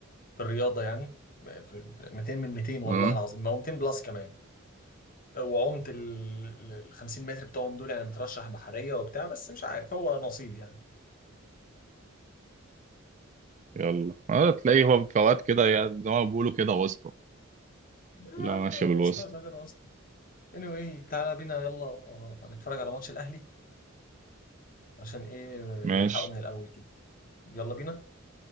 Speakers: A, on the left; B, on the right.
A: في الرياضه يعني في ال- 200 من 200 والله
B: اه
A: العظيم ما هو 200 بلس كمان وعمت ال ال 50 متر بتوعهم دول يعني مترشح بحريه وبتاع بس مش عارف هو نصيب يعني
B: يلا اه تلاقيه هو فوات كده يا- زي ما بيقولوا كده واسطه
A: يا
B: لا
A: عم
B: ماشيه بالوسط
A: واسطه ولا غير واسطه anyway تعالى بينا يلا نتفرج على ماتش الاهلي عشان ايه
B: ماشي
A: نلحقه من الاول كده يلا بينا